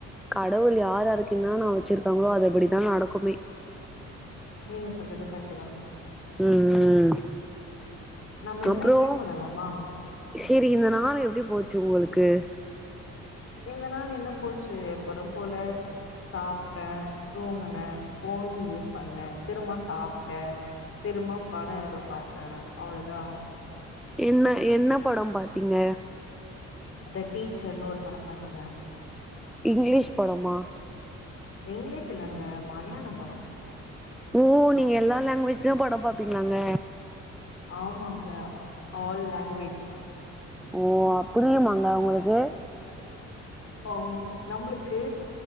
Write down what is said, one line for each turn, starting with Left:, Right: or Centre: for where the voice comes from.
Centre: கடவுள் யார்யாருக்கு என்னென்ன வச்சிருக்காங்களோ அது இப்படித்தான் நடக்குமே
Left: நீங்க சொல்றது கரெக்டு தான்
Centre: ம் ம்
Left: நம்ம எதுனா
Centre: அப்புறோ
Left: கேம் வெளாட்லாமா
Centre: செரி இந்த நாள் எப்டி போச்சு <unintelligible>
Left: இந்த நாள் என்ன போச்சு எப்போதும் போல சாப்ட்டே தூங்குனே ஃபோன் யூஸ் பண்ணே திரும்ப சாப்டே திரும்ப படம் எதோ பாத்தே அவ்வளோதான்
Centre: என்ன என்ன படம் பாத்த தீங்க
Left: த டீச்சர்னு ஒரு படம் பாத்தேங்க
Centre: இங்கிலீஷ் படமா
Left: இங்கிலீஷ் இல்லங்க மலையாள படம்
Centre: ஓ நீங்க எல்லா லாங்குவேஜ்லயுமே படம் பாப்பீங்களாங்க
Left: ஆமாங்க ஆல் லாங்குவேஜ்
Centre: ஓ அ புரியுமாங்க உங்களுக்கு
Left: ம் நம்மளுக்கு